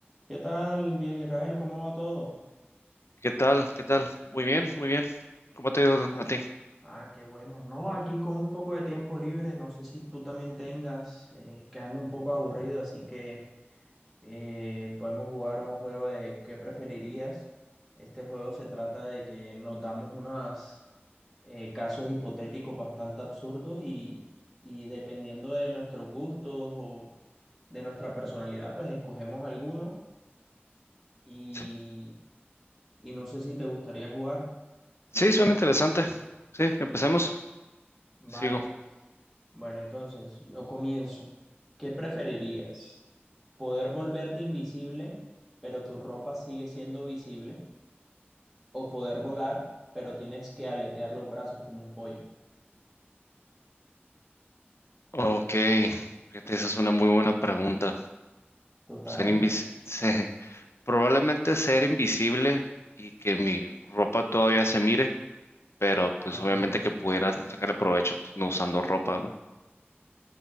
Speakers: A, in the centre; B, on the left.
A: ¿Qué tal, viejo Israel? ¿Cómo va todo?
B: ¿Qué tal? ¿Qué tal? Muy bien, muy bien. ¿Cómo te ha ido
A: Ah,
B: a ti?
A: ah, qué bueno. No, aquí con un poco de tiempo libre, no sé si tú también tengas, eh, quedando un poco aburrido, así que eh, podemos jugar un juego de qué preferirías. Este juego se trata de que nos damos unos casos hipotéticos bastante absurdos y, y dependiendo de nuestros gustos o de nuestra personalidad, pues escogemos alguno y,
B: Sí,
A: y no sé si te gustaría jugar.
B: sí, suena interesante. Sí, empecemos.
A: Vale,
B: Sigo.
A: bueno, entonces yo comienzo. ¿Qué preferirías? ¿Poder volverte invisible, pero tu ropa sigue siendo visible? ¿O poder volar, pero tienes que aletear los brazos como un pollo?
B: Ok, fíjate, esa es una muy buena pregunta.
A: Total.
B: Ser invis se- probablemente ser invisible y que mi ropa todavía se mire, pero pues
A: Ajá.
B: obviamente que pudiera sacarle provecho pues, no usando ropa, ¿no?